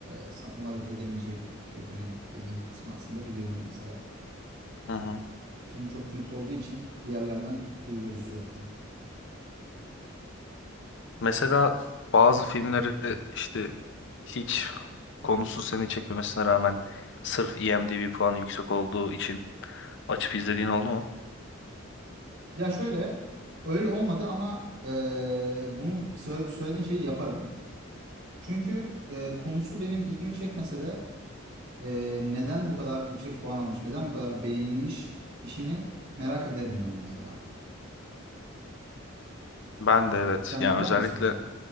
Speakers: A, on the right; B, on the left.
A: sa- ona reddedemeyeceği bir teklif yapacağım dediğin kısmı aslında biliyorum mesela.
B: Hı hı.
A: Film çok kült olduğu için bir yerlerden duyuyoruz sürekli.
B: Mesela bazı filmleri işte hiç konusu seni çekmemesine rağmen sırf IMDb puanı yüksek olduğu için açıp izlediğin oldu mu?
A: Ya şöyle öyle olmadı ama e, bunu sö- söylediğin şeyi yaparım. Çünkü e, konusu benim ilgimi çekmese de e, neden bu kadar yüksek puan almış, neden bu kadar beğenilmiş işini merak ederim ben mesela.
B: Ben de evet.
A: Sen
B: Yani
A: yapar
B: özellikle
A: mısın onu?